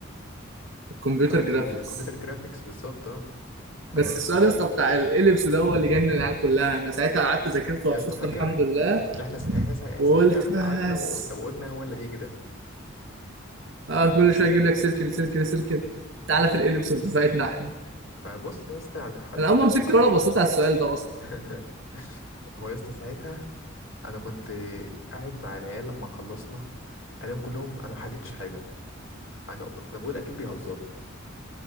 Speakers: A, on the right; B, on the left.
A: الكمبيوتر
B: بتاعت
A: جرافيكس
B: الكمبيوتر جرافيكس بالظبط اه
A: بس
B: انا
A: السؤال
B: انا
A: يا اسطى بتاع الاليبس ده هو اللي جنن العيال كلها انا ساعتها قعدت ذاكرته
B: يا
A: وحفظته
B: اسطى فاكر
A: الحمد لله
B: اللي احنا س- إيه سا- إيه إيه،
A: وقلت
B: ساعتها فعلا
A: بس
B: قعدنا وق- وقلنا هو اللي هيجي ده
A: اه كل شويه
B: هل
A: اجيب لك سيركل سيركل سيركل تعالى
B: آه.
A: في الاليبس بتاعتنا احنا
B: فبص يا اسطى يعني حتى
A: انا اول ما
B: ال-
A: مسكت الورقه بصيت على السؤال ده اصلا
B: <laughs> هو يا اسطى ساعتها انا كنت قاعد مع العيال لما خلصنا انا كلهم انا ما حلتش حاجه انا انا بقول اكيد بيهزروا